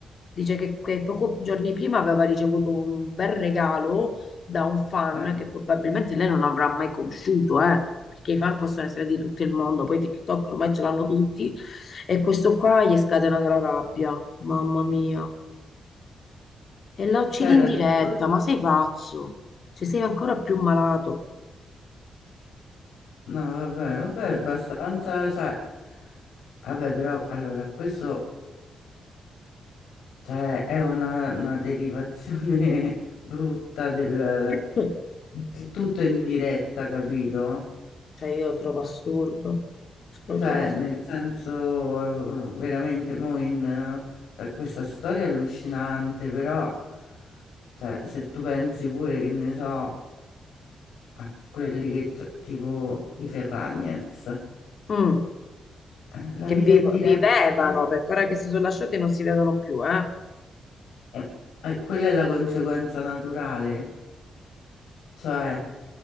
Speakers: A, on the left; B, on the left.
A: Dice che, che poco giorni prima aveva ricevuto un bel regalo da un fan
B: Eh.
A: che probabilmente lei non avrà mai conosciuto, eh, perché i fan possono essere di tutto il mondo, poi TikTok ormai ce l'hanno tutti, e questo qua gli è scatenata la rabbia, mamma mia. E la uccidi
B: Cioè, era
A: in diretta,
B: tipo-
A: ma sei pazzo? Cioè sei ancora più malato.
B: no, vabbè, vabbè, abbastanza, cioè, vabbè, però, allora, questo, cioè, è una, una derivazione <laughs> brutta del,
A: <coughs>
B: del tutto in diretta, capito?
A: Cioè io lo trovo assurdo, lo
B: Cioè,
A: trovo assurdo.
B: nel senso, eh, veramente, mo in... Eh, Questa storia è allucinante, però, cioè, se tu pensi pure che ne so, a quelli che, c'ho- tipo i Ferragnez,
A: Mm,
B: eh, la
A: che
B: vita
A: vi-
B: in diretta.
A: vivevano, perché ora che si sono lasciati non si vedono più, eh.
B: E, e quella è la conseguenza naturale, cioè